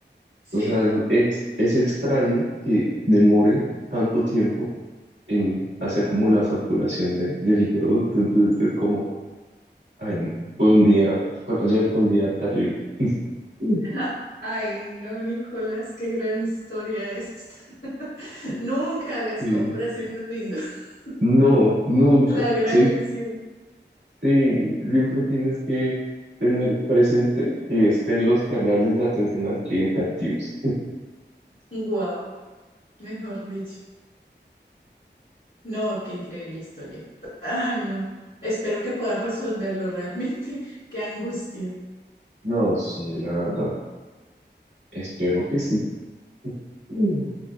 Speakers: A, on the left; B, on the right.
A: Sí.
B: O sea, es, ex- es extraño que demore tanto tiempo en hacer como la facturación de, del producto, entonces es como, ay, no, fue un día, fue- ayer fue un día terrible. <laughs>
A: Ah, Ay, no, Nicolás, qué gran historia esta. <laughs> Nunca hagas
B: Sí.
A: compras en domingo. <laughs>
B: No, nunca.
A: La gran
B: Siempre,
A: lección.
B: sí, siempre tienes que tener presente que estén los canales de atención al cliente activos.
A: Wow, mejor dicho. No, qué increíble historia. Ay, no. Espero que puedas resolverlo realmente. <laughs> Qué angustia.
B: No, sí, la verdad. Espero que sí. Mm.